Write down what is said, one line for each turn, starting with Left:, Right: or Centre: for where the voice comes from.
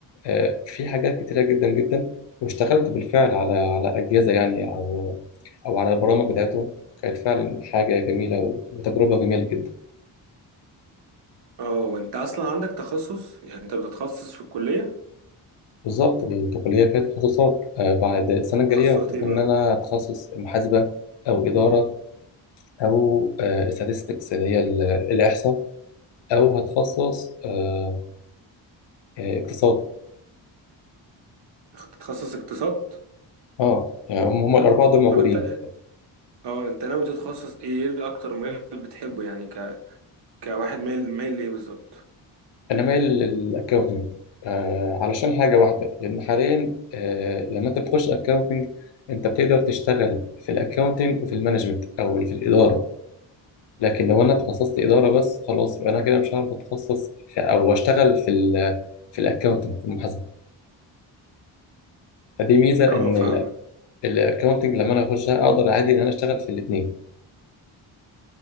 Left: آه، في حاجات كتيرة جدا جدا واشتغلت بالفعل على على أجهزة يعني أو أو على البرامج بتاعتهم كانت فعلا حاجة جميلة وتجربة جميلة جدا
Right: اه وانت اصلا عندك تخصص يعني انت بتتخصص في الكلية
Left: بالظبط البكالوريا كانت تخصصات آه، بعد السنة الجاية
Right: تخصصات
Left: المفروض
Right: ايه
Left: إن
Right: بقى
Left: أنا أتخصص محاسبة أو إدارة أو استاتستكس اللي هي ال- الإحصاء أو هتخصص آه، آه، اقتصاد
Right: تتخصص اقتصاد
Left: أه يعني هم هم الأربعة دول موجودين
Right: طب انت اه انت ناوي تتخصص ايه ايه اللي اكتر مجال بتحبه يعني ك... كواحد مايل مايل لايه بالظبط
Left: انا مايل للاكاونتنج آه علشان حاجه واحده لان حاليا آه لما انت بتخش اكاونتنج انت بتقدر تشتغل في الاكاونتنج وفي المانجمنت او في الاداره لكن لو انا اتخصصت اداره بس خلاص يبقى انا كده مش هعرف اتخصص في او اشتغل في ال في الاكاونتنج في المحاسبه فدي ميزه
Right: اه
Left: ان
Right: فاهمك
Left: الاكاونتنج لما انا اخشها اقدر عادي ان انا اشتغل في الاثنين